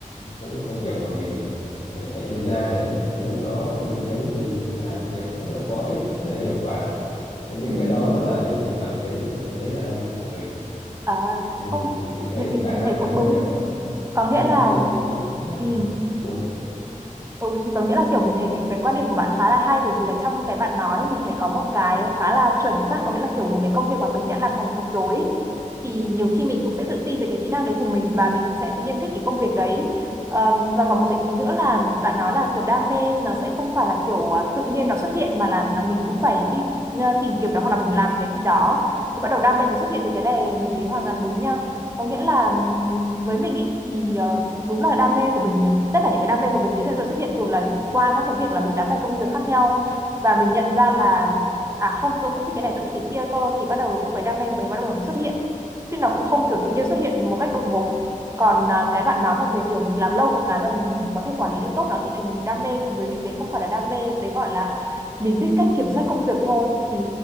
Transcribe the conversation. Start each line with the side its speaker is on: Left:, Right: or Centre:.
Left: giống như công việc mà mình ờ, thành chuyên gia rồi đấy thì lúc đó mình thấy mình làm việc rất là có ích rất là hiệu quả Và những
Right: Ừ.
Left: cái đó nó làm cho mình cảm thấy đấy là đam mê của mình
Right: À,
Left: thì
Right: không
Left: mình thấy
Right: mình mình
Left: cả
Right: mình
Left: hai
Right: thấy
Left: cái
Right: cũng
Left: nó
Right: đúng
Left: đều có,
Right: có
Left: có
Right: nghĩa
Left: những
Right: là
Left: cái ý kiến rất
Right: ừ.
Left: là phù hợp
Right: Ừ, thì có nghĩa là kiểu mình thấy cái, cái quan điểm của bạn khá là hay bởi vì là trong cái bạn nói mình thấy có một cái khá là chuẩn xác có nghĩa là kiểu một cái công việc mà mình đã làm thành thục rồi ấy. thì nhiều khi mình cũng sẽ tự tin về cái kỹ năng đấy của mình và mình sẽ tự nhiên thích cái công việc đấy Ờm, và có một cái ý nữa là bạn nói là kiểu đam mê nó sẽ không phải là kiểu à, tự nhiên nó xuất hiện mà là, là mình cũng phải đi à, tìm kiếm nó hoặc là mình làm cái gì đó thì bắt đầu đam mê mới xuất hiện thì cái này mình thấy hoàn toàn đúng nha có nghĩa là ừm, với mình ý, thì ờ, đúng là đam mê của mình tất cả những cái đam mê của mình đến giờ xuất hiện dù là qua các cái việc là mình làm các công việc khác nhau và mình nhận ra là à không tôi không thích cái này tôi thích cái kia cơ thì bắt đầu lúc đấy đam mê của mình bắt đầu xuất hiện chứ nó cũng không kiểu tự nhiên xuất hiện một cách đột ngột còn à, cái bạn nói mà về kiểu mình làm lâu một cái và mình có thể quản lý được tốt nó thì thành mình đam mê thì với mình đấy không phải là đam mê đấy gọi là mình biết cách kiểm soát công việc thôi thì